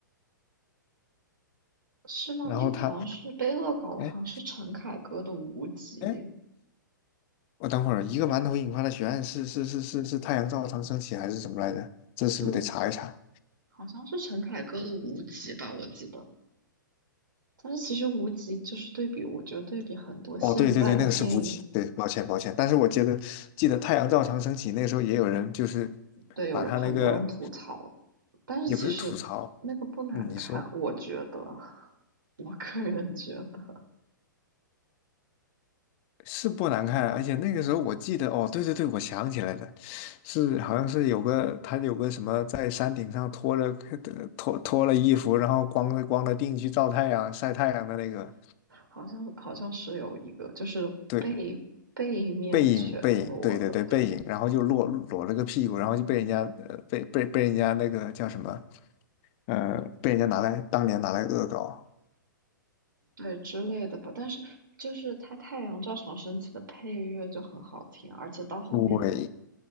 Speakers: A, on the right; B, on the left.
A: 是吗？
B: 然后他，
A: 那个好像是被恶搞的，
B: 哎
A: 好像是陈凯歌的无极，
B: 哎，我等会儿一个馒头引发的血案是是是是是太阳照常升起还是什么来着？这是不是得查一查？
A: 是好像是陈凯歌的《无极》吧，我记得。但是其实《无极》就是对比，我觉得对比很多现在的电影，
B: 哦，对对对，那个是吴奇，对，抱歉抱歉，但是我记得记得太阳照常升起那时候也有人就是
A: 对，有人很多人吐槽，
B: 把他那个
A: 但是其实那个不难看，
B: 也不是吐槽，嗯，你说。
A: 我觉得，我个人觉得，
B: 是不难看，而且那个时候我记得，哦，对对对，我想起来了，是好像是有个他有个什么在山顶上脱了 <laughs> 脱脱了衣服，然后光着光着腚去照太阳晒太阳的那个，
A: 好像好像是有一个就是背背面全裸的，
B: 对，背影背影，对对对背影，
A: 对
B: 然后就裸裸了个屁股，然后就被人家呃被被被人家那个叫什么呃被人家拿来当年拿来恶搞，
A: 对之类的吧。但是就是它太阳照常升起的配乐就很好听，而且到后面
B: 对